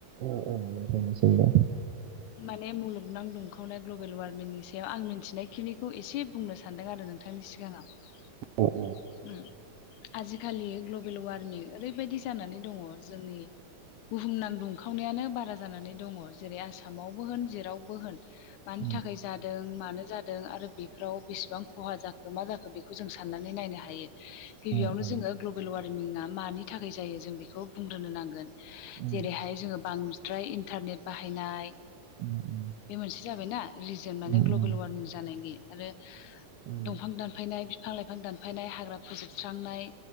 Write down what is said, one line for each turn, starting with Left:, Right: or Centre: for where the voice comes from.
Right: औऔ नोंथांनिसिमबो।
Left: नैय मुलुगनां दुंखावनाय ग्लबेल वार्मिनि सायाव आं मिन्थिनायखिनिखौ एसे बुंनो सानदों आरो नोंथांनि सिगाङाव।
Right: औ औ
Left: उम आजिखालि ग्लबेल वारनि ओरैबायदि जानानै दङ। जोंनि बुहुमनां दुंखावनायानो बारा जानानै दङ। जेरै' आसामावबो होन जेरावबो होन मानि
Right: उम
Left: थाखाय जादों मानो जाद दों आरो बेफोराव बेसेबां खहा जाखो मा जाखो बेखौ जों साननानै नायनो हायो। गिबियावनो
Right: उम उम
Left: जोङो ग्लबेल वार्मिंआ मानि थाखाय जायो जों बेखौ बुंग्रोनो नांगोन।
Right: उम
Left: जेरै'हाय जोङो बांद्राय इन्टारनेट बाहायनाय
Right: उम उम
Left: बे मोनसे जाबायना रिजन माने
Right: उम
Left: ग्लबेल वार्मिं जानायनि आरो
Right: उम
Left: दंफां दानफायनाय फि फां लाइफां दानफायनाय हाग्रा फोजोबस्रांनाय